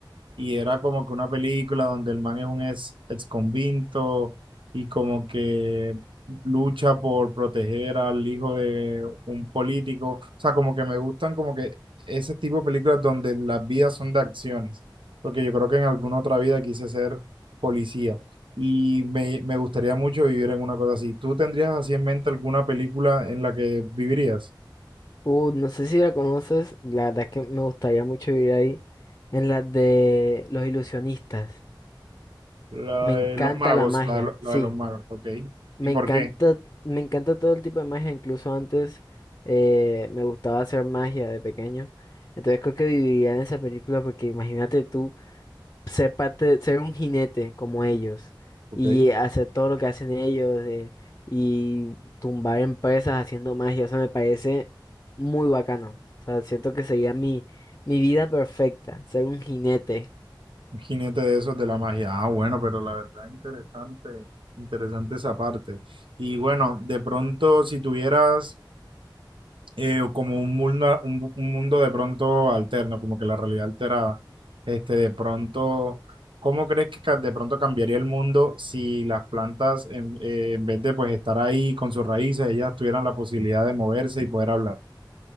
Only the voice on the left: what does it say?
Uh, no sé si la conoces, la verdad es que me gustaría mucho vivir ahí, en la de los ilusionistas.
Me
encanta
la magia,
sí,
me
encanta,
me encanta todo el tipo de magia, incluso antes eh, me gustaba hacer magia de pequeño. Entonces creo que viviría en esa película porque imagínate tú ser parte, ser un jinete como ellos
y hacer todo lo que hacen ellos eh, y tumbar empresas haciendo magia, eso me parece muy bacano. O sea, siento que sería mi, mi vida perfecta, ser un jinete.